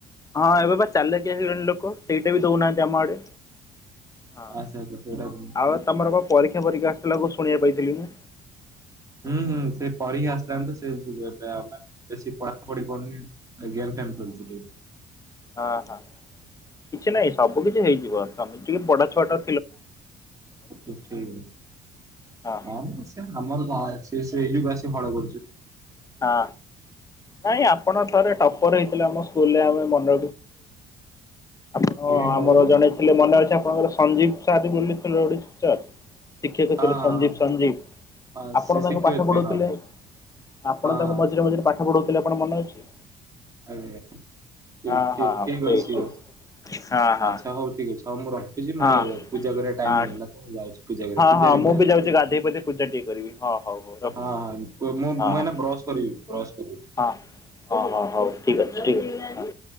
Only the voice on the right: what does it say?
ଆଚ୍ଛା ଆଚ୍ଛା ସେଇଟା
ହୁଁ ହୁଁ ସେ ପର ହିଁ ଆସିଲ ତ ସେ ଯ ଏବେ ଆଉ ମାନେ ବେଶୀ ପଢାପଢିଢନି ଜ୍ଞାନ ଗେମ ପେମ ଖେଳୁଛି ଟିକେ
ଛା ଠିକ ଅଛି
କଣ ଅ ଆମର କଣ ଅଛି। ସେ ସେଇକୁ ଆସି ହଳ କରୁଛୁ।
ଆଜ୍ଞା କଣ
କହିଲେ
ହଁ
ହଁ
ହଁ
ହଁ
ସେ
ଶିକ୍ଷୟତ୍ରୀ
ହଁ
ହଁ
ହଁ
ଆରେ ଠ
ଠିକ
ଠିକ
ଅଛି
ଅଛି।
ଆଛ ହଉ ଟିକେ ହଉ ମୋର ଦେଖୁଛି ମୋର
ପୂଜା କରିବା ଟାଇ
ହେଇଗଲା ତ ମୁଁ ଯାଉଛି ପୂଜା
ପୂଜାରେ
ନା!
ହଁ ହଁ ମୁଁ
ମୁଁ ଏନା ବ୍ରସ୍ କରିବି ବ୍ରସ୍ କରିବି।